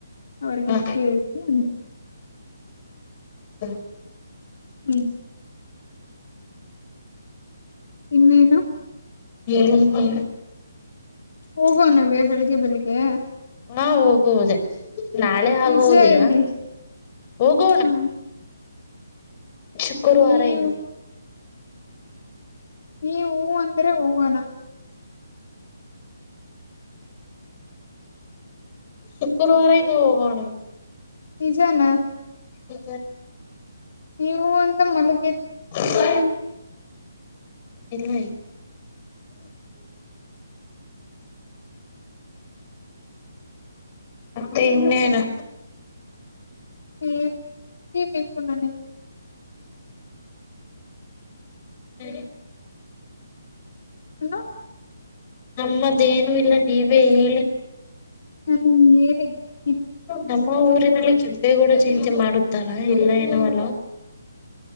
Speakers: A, on the left; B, on the left.
A: ಅವ್ರಿಗೆ
B: ಹ
A: ಕೇಳ ಅೆ
B: ಹಾ
A: ಹ್ಮ್ ಇನ್ನ ಇಾ
B: ಹೇಳಿದ್ದೇವೆ
A: ಹೋಗುವ ನವೆ ಬೆಳಿಗ್ಗೆ ಬೆಳಿಗ್ಗೆ
B: ಹಾ ಹೋಗುವುದೇ ನಾಳೆ ಆಗುದಿಲ್ಲ
A: ನಿಜ ಹೇಳಿ
B: ಹೋಗೋಣ
A: ಹ
B: ಶುಕರ್ವಾರ
A: ನೀವು
B: ಇನು
A: ನೀ ಹೂ ಅಂದ್ರೆ ಹೋಗೋಣ
B: ಶುಕ್ರವಾರ ಇಿಂದ ಹೋಗಣ
A: ನಿಜಾನ
B: ಹದರ್
A: ನೀವು ಅಂತ ಮಲಗ
B: ಹ ಇಲ್ಲ ಮತ್ತೆ ಇನ್ನೇನು
A: ಹೇ ಕ ಬೇಕು ನಾನ
B: ಸ
A: ಹನು
B: ನಮ್ಮದೇನು ಇಲ್ಲ ನೀವೇ ಹೇಳಿ
A: ನ ಏನ
B: ನಮ್ಮ ಊರಿನಲ್ಲಿ ಕೆ ಬೆ ಕೂಡ ಚೇಂತಿ ಮಾಡುತ್ತಾರಾ ಇಲ್ಲ ಏನೋಲ್ಲ